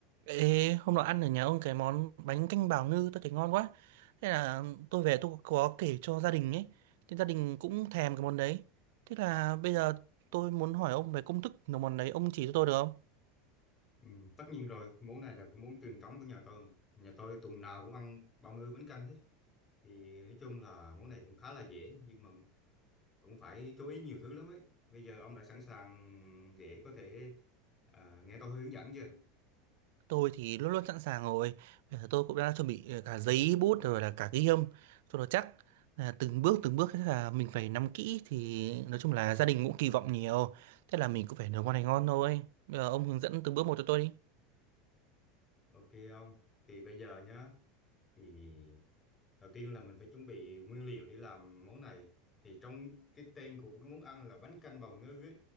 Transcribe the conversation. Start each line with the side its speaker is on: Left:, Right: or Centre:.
Right: Ê, hôm nọ ăn ở nhà ông cái món bánh canh bào ngư tôi thấy ngon quá. Thế là tôi về tôi có kể cho gia đình ấy. Thì gia đình cũng thèm cái món đấy. Thế là bây giờ tôi muốn hỏi ông về công thức nấu món đấy, ông chỉ cho tôi được không?
Left: Ừ, tất nhiên rồi, món này là cái món truyền thống của nhà tôi mà. Nhà tôi tuần nào cũng ăn bào ngư bánh canh hết. Thì nói chung là món này cũng khá là dễ nhưng mà cũng phải chú ý nhiều thứ lắm ấy. Bây giờ ông đã sẵn sàng để có thể à, nghe tôi hướng dẫn chưa?
Right: Tôi thì luôn luôn sẵn sàng rồi. Bây giờ tôi cũng đã chuẩn bị ờ, cả giấy bút rồi là cả ghi âm cho nó chắc. Là từng bước từng bước thế là mình phải nắm kỹ thì nói chung là gia đình cũng kỳ vọng nhiều. Thế là mình cũng phải nấu món này ngon thôi. Bây giờ ông hướng dẫn từng bước một cho tôi đi.
Left: Ok ông. Thì bây giờ nhá, thì đầu tiên là mình phải chuẩn bị nguyên liệu để làm món này. Thì trong cái tên của cái món ăn là bánh canh bào ngư ấy,